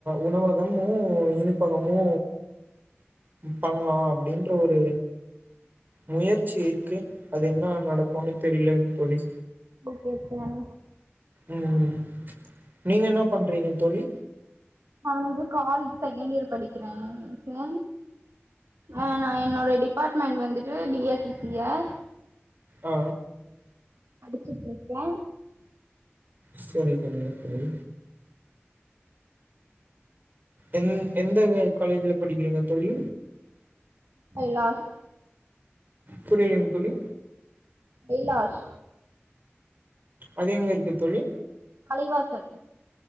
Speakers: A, on the right; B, on the right.
A: உணவ கமு இனிப்பகமு பண்லா அப்டின்ற ஒரு முயற்சி இருக்கு அது என்னா நடக்குன் தெரிலங் தோழி
B: ஓகே சார்
A: ம் நீங்க என்னா பண்றீங்க தோழி
B: நா வந்து காலேஜ் செகேண்ட் இயர் படிக்கிறே கே ஆ நா என்னோட டிபார்ட்மண்ட் வந்துட்டு பி எஸ் சி சியஸ்
A: ஆ
B: படிச்சுட்ருக்கே
A: செரி தோழி <unintelligible> எந் எந்த காலேஜ்ல படிக்கிறீங்க தோழி
B: கைலாஸ்
A: புரியலைங் தோழி
B: கைலாஷ்
A: அது எங்க இருக்கு தோழி
B: கலைவாசல்